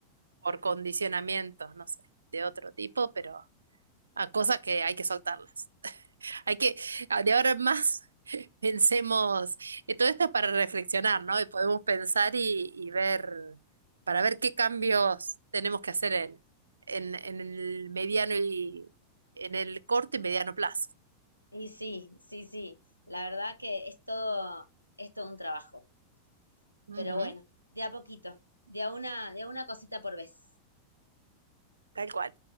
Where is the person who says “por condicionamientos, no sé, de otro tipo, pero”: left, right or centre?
Right